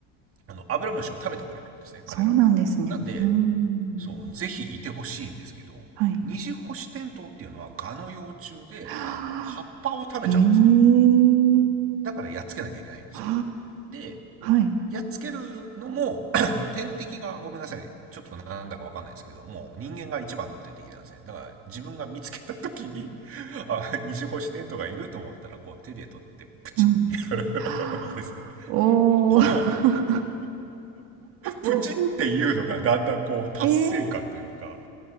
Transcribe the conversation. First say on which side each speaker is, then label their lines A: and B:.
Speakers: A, on the right (about 40°); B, on the right (about 75°).
A: あのアブラムシを食べてくれるんですね彼らはなんで
B: そうなんですね。うん。
A: そうぜひいてほしいんですけど二次星テントウっていうのはガの幼虫であの葉っぱを食べちゃうんですね
B: はい。はあええ、
A: だからやっつけなきゃいけないんですよ
B: は
A: で
B: あ、はい。
A: やっつけるのも <coughs> <laughs> 天敵がごめんなさいちょっとなんだかわかんないですけどもう人間が一番の天敵なんですねだから自分が見つけた時に <laughs> あ二次星テントがいると思ったらこう手で取ってプチってやる
B: うん。はあおー。
A: んですねこのプチっていうのがだんだんこう達成感というか
B: <laughs> ええ、